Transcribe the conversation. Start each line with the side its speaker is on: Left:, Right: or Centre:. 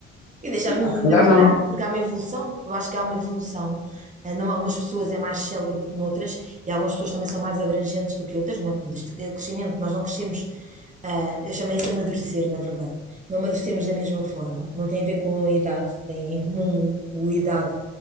Right: E deixar-me
Left: Epá, se calhar
Right: identificar,
Left: não.
Right: porque há uma evolução. Eu acho que há uma evolução. Ah, Não, algumas pessoas é mais célere do que noutras, e algumas pessoas também são mais abrangentes do que outras, não é? Portanto, isto é o crescimento. Nós não crescemos, ah, eu chamei isso amadurecer, na verdade. Não amadurecemos da mesma forma. Não tem a ver com a idade, tem em comum o idade,